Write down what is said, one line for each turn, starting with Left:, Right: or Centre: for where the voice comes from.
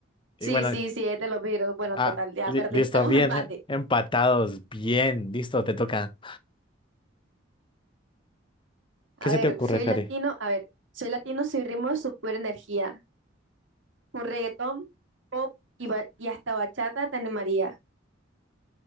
Right: Sí,
Left: Y bueno,
Right: sí, sí, es de los Beatles. Bueno,
Left: ah,
Right: total, ya
Left: li-
Right: perdí.
Left: listo,
Right: Estamos
Left: bien,
Right: en empate.
Left: eh, empatados, bien, listo, te toca.
Right: A
Left: ¿Qué se
Right: ver,
Left: te ocurre,
Right: soy
Left: Cari?
Right: latino, a ver, soy latino, soy ritmo de su pura energía. Un reggaetón, pop y, ba- y hasta bachata te maría.